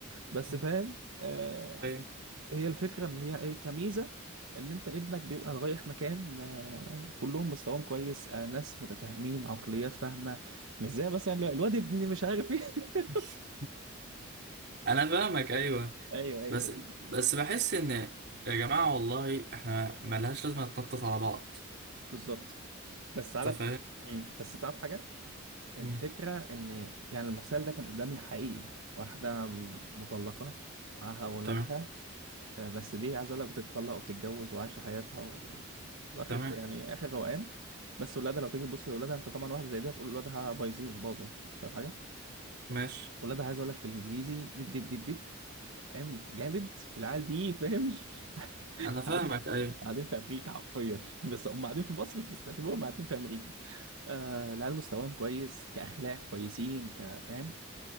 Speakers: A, on the right; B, on the right.
A: بس
B: مم.
A: فاهم آه،
B: ايوه
A: هي الفكرة إن هي إيه كميزة إن أنت ابنك بيبقى رايح مكان آه، كلهم مستواهم كويس آه، ناس متفاهمين عقليات فاهمة مش زي مثلا ال- الواد ابني مش عارف إيه <laughs>
B: <laughs> انا فاهمك ايوه
A: أيوه أيوه
B: بس
A: فاهم.
B: بس بحس ان يا جماعه والله احنا ملهاش لازمه نتنطط على بعض
A: بالظبط بس عارف
B: انت فاهم
A: مم. بس تعرف حاجة الفكرة
B: مم.
A: إن يعني المثال ده كان قدامي حقيقي واحدة م- مطلقة معاها أولادها
B: تمام
A: آه، بس دي عايز اقول لك بتتطلق وبتتجوز وعايشه حياتها و... واخر
B: تمام
A: شيء يعني اخر روقان بس ولادها لو تيجي تبص لاولادها انت طبعا واحده زي دي هتقول ولادها بايظين باظوا فاهم حاجه
B: ماشي
A: ولادها عايز اقول لك في الانجليزي ديب ديب ديب ديب فاهم جامد العيال دي فاهم <laughs>
B: انا فاهمك
A: قاعدين
B: ايوه
A: قاعدين في امريكا حرفيا <laughs> بس هم قاعدين في مصر بس تعتبرهم قاعدين في امريكا آه العيال مستواهم كويس كاخلاق كويسين كفاهم